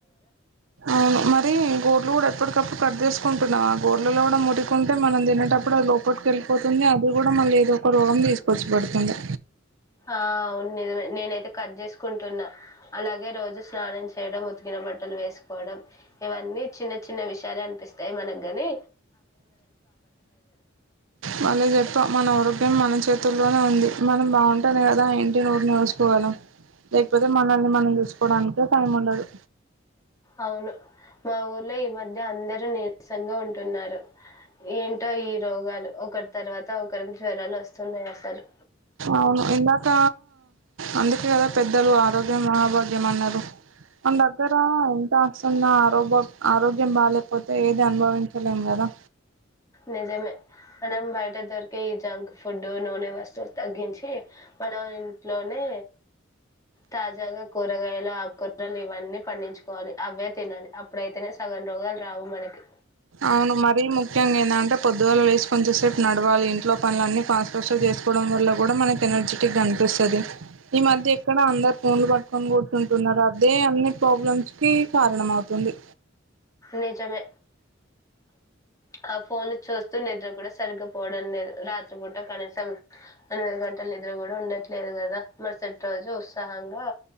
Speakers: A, on the right; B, on the left.
A: అవును మరి గోర్లు కూడా ఎప్పటికప్పుడు కట్ చేసుకుంటున్నావా గోర్లలో కూడా మురికుంటే మనం తినేటప్పుడు అది లోపటికి వెళ్ళిపోతుంది అది కూడా మళ్ళీ ఏదో ఒక రోగం తీసుకు వచ్చి పెడుతుంది
B: ఆ అవును నిజమే నేనైతే కట్ చేసుకుంటున్నా అలాగే రోజు స్నానం చేయడం ఉతికిన బట్టలు వేసుకోవడం ఇవన్నీ చిన్న చిన్న విషయాలు అ పిస్తాయి మనకు గని
A: భలే చెప్పావు మన ఆరోగ్యం మన చే చేతుల్లోనే ఉంది మనం బాగుంటేనే కదా కదా ఇంటి నోరునోచుకోగలం లేకపోతే మనల్ని మనం చూసుకోవడానికే టైం ఉండదు
B: అవును మా ఊర్లో ఈ మధ్య అందరూ నీరసంగా ఉంటున్నారు ఏంటో ఈ రోగాలు ఒకరి తర్వాత ఒకరికి జ్వరాలు వస్తున్నాయి అసలు
A: అవును ఇందాక అందుకే కదా పెద్దలు ఆరోగ్యం మహాభాగ్యం అన్నారు మన దగ్గర ఎంత సున్న ఆరో ఆరోగ్యం బాలేకపోతే ఏది అనుభవించలేం కదా
B: నిజమే మనం బయట దొరికే ఈ జంక్ ఫుడ్ నూనె వస్తువులు తగ్గించి మన ఇంట్లోనే తాజాగా కూరగాయలు ఆకూరలు ఇవన్నీ పండించుకోవాలి అవే తినాలి అప్పుడైతేనే రోగాలు రావు మనకి
A: అవును మరీ ముఖ్యంగా ఏందంటే పొద్దుగాళ్ళ లేసి కొంచెంసేపు నడవాలి ఇంట్లో పనుల అన్ని ఫాస్ట్ ఫాస్ట్ గా చే కోవడం వల్ల కూడా మనకి ఎనర్జిటిక్ గా అనిపిస్తది ఈ మధ్య ఎక్కడ అందరు ఫోన్లు పట్టుకొని కూర్చు న్నారు అదే అన్ని ప్రాబ్లమ్స్ కి కారణం అవుతుంది
B: నిజమే ఆ ఫోన్లు చూస్తూ నిద్ర కూడా సరిగ్గా పోవడం లేదు రా పూట కనీసం ఎనిమిది గంటల నిద్ర కూడా ఉండ లేదు కదా మరుసటి రోజు ఉత్సాహంగా